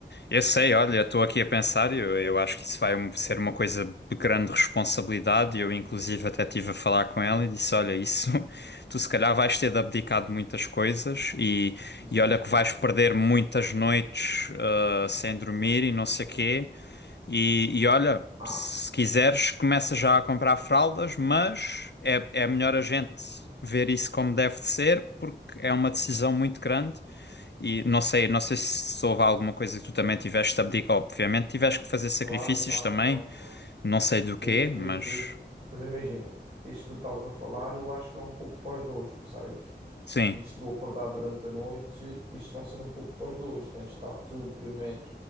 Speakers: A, on the left; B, on the right.
A: eu sei, olha, estou aqui a pensar, eu, eu acho que isso vai um, ser uma coisa de grande responsabilidade, eu inclusive até estive a falar com ela e disse, olha, isso, <laughs> tu se calhar vais ter de abdicar de muitas coisas e,
B: Exato,
A: e olha que vais
B: exato.
A: perder muitas noites ah, sem dormir e não sei quê, E, e olha,
B: Ah,
A: se quiseres, começa já a comprar fraldas, mas é, é melhor a gente ver isso como deve de ser, porque é uma decisão muito grande. E não sei, não sei se houve alguma coisa que tu também tiveste de abdicar. Obviamente, tiveste que fazer sacrifícios
B: claro, claro,
A: também,
B: claro, claro.
A: não sei do
B: Tive,
A: quê,
B: tive,
A: mas
B: tive. Mas imagina, isto que tu estás a falar, eu acho que é um pouco pós dois, percebes?
A: sim.
B: isto do acordar durante a noite, isto vai ser um pouco para os dois. Tens de estar tu primeiro,